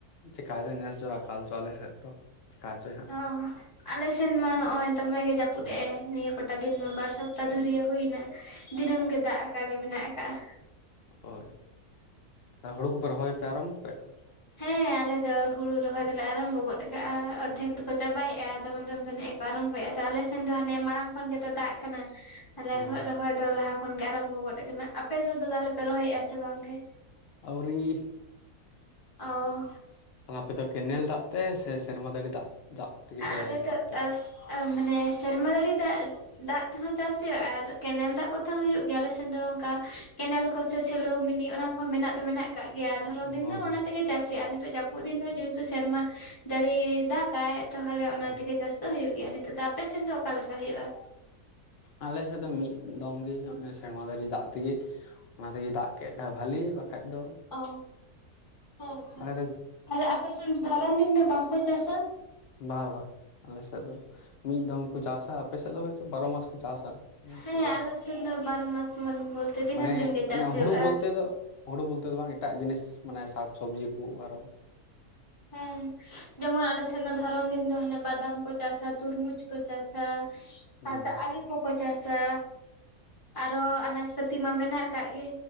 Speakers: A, on the left; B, on the left.
A: ᱪᱮᱠᱟᱛᱮ ᱱᱮᱥ ᱡᱚᱜ ᱟᱠᱟᱠᱟᱞ ᱪᱚ ᱟᱞᱮᱥᱮᱫ ᱫᱚ ᱪᱮᱠᱟ ᱪᱚ
B: ᱚ ᱟᱞᱮ ᱥᱮᱱ ᱢᱟ ᱱᱚᱜᱼᱚᱭ ᱫᱚᱢᱮ ᱜᱮ ᱡᱟᱹᱯᱩᱫ ᱮ ᱮ ᱱᱤᱭᱟᱹ ᱠᱚᱴ ᱥᱟᱯᱛᱟ ᱫᱤᱱ ᱢᱟ ᱵᱟᱨ ᱥᱚᱯᱛᱟᱟᱦ ᱫᱷᱩᱨᱭ ᱦᱩᱭᱱᱟ ᱫᱤᱱᱟᱹᱢ ᱜᱮ ᱫᱟᱜ ᱟᱠᱟ ᱜᱮ ᱢᱮᱱᱟᱜ ᱟᱠᱟᱜᱼᱟ᱾
A: ᱦᱳᱭ ᱦᱩᱲᱩ ᱠᱚᱯᱮ ᱨᱚᱦᱚᱭ ᱯᱮ ᱟᱨᱟᱢᱵᱚ ᱠᱮᱫᱼᱟ᱾
B: ᱦᱮᱸ ᱟᱞᱮ ᱫᱚ ᱦᱩᱲᱩ ᱨᱚᱦᱚᱭ ᱫᱚᱞᱮ ᱟᱨᱟᱢᱵᱚ ᱜᱚᱫ ᱟᱠᱟᱜᱼᱟ ᱚᱨᱫᱷᱮᱠ ᱫᱚᱠᱚ ᱪᱟᱵᱟᱭᱮᱫᱼᱟ᱾ ᱟᱫᱚᱢ ᱫᱚ <unintelligible> ᱛᱚ ᱟᱞᱮ ᱥᱮᱱ ᱫᱚ ᱦᱟᱱᱮ ᱢᱟᱲᱟᱝ ᱠᱷᱚᱱ ᱜᱮᱛᱚ ᱫᱟᱜ ᱠᱟᱱᱟ᱾ ᱟᱞᱮ
A: ᱦᱳᱭ
B: ᱦᱚᱸ ᱨᱚᱦᱚᱭ ᱫᱚ ᱞᱟᱦᱟ ᱠᱷᱚᱱ ᱜᱮ ᱟᱨᱟᱢᱵᱚ ᱜᱚᱫ ᱟᱠᱟᱱᱟ᱾ ᱟᱯᱮ ᱥᱮᱫ ᱫᱚ ᱛᱟᱦᱞᱮ ᱯᱮ ᱨᱚᱦᱚᱭᱮᱫ ᱟ ᱥᱮ ᱵᱟᱝᱜᱮ?
A: ᱟᱹᱣᱨᱤᱻ
B: ᱚᱻ
A: ᱟᱯᱮ ᱫᱚ ᱠᱮᱱᱮᱞ ᱫᱟᱜ ᱛᱮ ᱥᱮ ᱥᱮᱨᱢᱟ ᱫᱟᱨᱮ ᱫᱟᱜ ᱫᱟᱜ ᱛᱮᱜᱮᱯᱮ
B: ᱟᱞᱮ ᱫᱚ
A: ᱪᱟᱥ ᱛᱟᱦᱮᱱᱟ᱾
B: ᱢᱟᱱᱮ ᱥᱮᱨᱢᱟ ᱡᱟᱸᱲᱤ ᱫᱟᱜ ᱫᱟᱜ ᱛᱮᱦᱚᱸ ᱪᱟᱥ ᱦᱩᱭᱩᱜᱼᱟ ᱟᱨ ᱠᱮᱱᱮᱞ ᱫᱟᱜ ᱠᱚᱛᱮ ᱦᱚᱸ ᱦᱩᱭᱩᱜ ᱜᱮᱭᱟ᱾ᱟᱞᱮ ᱫᱚ ᱚᱱᱠᱟ ᱠᱮᱱᱮᱞ ᱠᱚ ᱥᱮ ᱥᱮᱞᱳ ᱢᱤᱱᱤ ᱚᱱᱟ ᱠᱚᱦᱚᱸ ᱢᱮᱱᱟᱜ ᱫᱚ ᱢᱮᱱᱟᱜ ᱠᱟᱜ ᱜᱮᱭᱟ᱾ ᱫᱷᱚᱨᱚᱱ ᱫᱤᱱ
A: ᱦᱳᱭ
B: ᱫᱚ ᱚᱱᱟᱛᱮᱜᱮ ᱪᱟᱥ ᱦᱩᱭᱩᱜᱼᱟ, ᱱᱤᱛᱚᱜ ᱡᱟᱹᱯᱩᱫ ᱫᱤᱱ ᱫᱚ ᱡᱮᱦᱮᱛᱩ ᱥᱮᱨᱢᱟ ᱡᱟᱹᱲᱤ ᱠᱷᱟᱡ ᱛᱟᱦᱚᱞᱮ ᱚᱱᱟ
A: ᱦᱳᱭ
B: ᱛᱮᱜᱮ ᱪᱟᱥ ᱫᱚ ᱦᱩᱭᱩᱜ ᱜᱮᱭᱟ᱾ ᱱᱤᱛᱚᱜ ᱫᱚ ᱟᱯᱮᱥᱮᱱ ᱫᱚ ᱚᱠᱟᱞᱮ ᱞᱮᱠᱟ ᱦᱩᱭᱩᱜᱼᱟ?
A: ᱟᱞᱮ ᱥᱮᱫ ᱫᱚ ᱢᱤᱫ ᱫᱚᱢ ᱜᱮ ᱦᱩᱭᱩᱜ-ᱟ ᱥᱮᱨᱢᱟ ᱡᱟᱹᱲᱤ ᱫᱟᱜ ᱛᱮᱜᱤ᱾ ᱚᱱᱟ ᱛᱮᱜᱮ ᱫᱟᱜ ᱠᱮᱫ ᱠᱷᱟᱱ ᱵᱷᱟᱹᱞᱤ᱾ ᱵᱟᱠᱷᱟᱡ ᱫᱚ
B: ᱚ ᱦᱮᱸ ᱛᱚ
A: ᱵᱟᱠᱷᱟᱡ ᱫᱚ
B: ᱛᱟᱦᱚᱞᱮ ᱟᱯᱮ ᱥᱮᱫ ᱫᱷᱚᱨᱚᱢ ᱫᱤᱱ ᱫᱚ ᱵᱟᱝᱠᱚ ᱪᱟᱥ?
A: ᱵᱟ ᱵᱟ ᱟᱞᱮᱥᱮᱫ ᱫᱚ ᱢᱤᱫ ᱫᱚᱢ ᱠᱚ ᱪᱟᱥᱟ᱾ ᱟᱯᱮᱥᱮᱫ ᱫᱚ ᱦᱚᱭᱛᱚ ᱵᱟᱨᱚ ᱢᱟᱥ ᱪᱟᱥᱟ
B: ᱦᱮᱸ
A: ᱫᱚ
B: ᱟᱞᱮ ᱥᱮᱱ ᱫᱚ ᱵᱟᱨᱚ ᱢᱟᱥ ᱵᱚᱞᱛᱮ ᱫᱤᱱᱟᱹᱢ
A: ᱢᱟᱱᱮ
B: ᱫᱤᱱ ᱜᱮ ᱪᱟᱥ
A: ᱚᱱᱮ
B: ᱦᱩᱭᱩᱜᱼᱟ᱾
A: ᱦᱩᱲᱩ ᱵᱚᱞᱛᱮ ᱫᱚ ᱦᱩᱲᱩ ᱵᱚᱞᱛᱮ ᱫᱚ ᱵᱟᱝ ᱮᱴᱟᱜ ᱡᱤᱱᱤᱥ ᱢᱟᱱᱮ ᱥᱟᱠᱥᱚᱵᱽᱡᱤ ᱠᱚ ᱟᱨᱚ <inaudible>
B: ᱦᱮᱸ ᱡᱮᱢᱚᱱ ᱟᱞᱮ ᱥᱮᱫ ᱫᱚ ᱫᱷᱚᱨᱚᱱ ᱫᱤᱱ ᱫᱚ ᱦᱟᱱᱮ ᱵᱟᱫᱟᱢ ᱠᱚ ᱪᱟᱥᱟ ᱛᱩᱨᱢᱩᱡᱽ ᱠᱚ ᱪᱟᱥᱟ᱾
A: ᱦᱩᱸ
B: ᱥᱟᱶᱛᱮ ᱟᱹᱞᱩ ᱠᱚᱠᱚ ᱪᱟᱥᱟ ᱟᱨᱚ ᱟᱱᱟᱡᱽ ᱯᱟᱹᱛᱤ ᱢᱟ ᱢᱮᱱᱟᱜ ᱟᱠᱟᱫ ᱜᱮ᱾